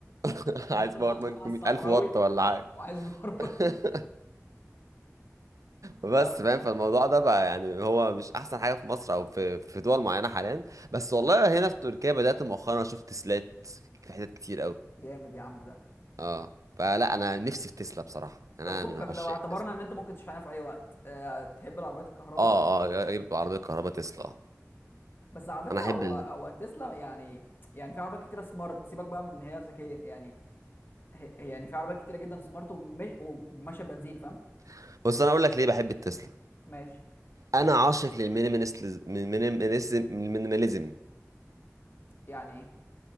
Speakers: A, on the right (about 80°); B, on the left (about 40°).
A: <laughs>
B: <laughs>
A: عايز
B: انا
A: باور
B: عطلان
A: بانك
B: على
A: 100000
B: الصحراوي
A: واط ولا حاجة
B: وعايز باربك
A: <laughs> بس
B: <laughs> اه
A: فاهم فالموضوع ده بقى يعني هو مش احسن حاجه في مصر او في في دول معينه حاليا بس والله هنا في تركيا بدات مؤخرا اشوف تسلات في حتت كتير قوي
B: جامد يا عم ده
A: اه فلا انا نفسي في تسلا بصراحه انا
B: طب فكك
A: من عشاق
B: لو اعتبرنا
A: التسلا
B: ان انت ممكن تشحنها في اي وقت أه تحب العربيات الكهرباء
A: اه اه يبقى عربيه كهرباء تسلا اه
B: بس على فكره
A: انا احب
B: هو
A: ال...
B: هو تسلا يعني يعني في عربيات كتيره سمارت سيبك بقى من ان هي ذكيه يعني هي- يعني في عربيات كتيره جدا سمارت ومش- وماشيه بنزين فاهم
A: <laughs> بص انا اقول لك ليه بحب التسلا
B: ماشي
A: انا عاشق للمينيماليزم المينيماليزم
B: يعني ايه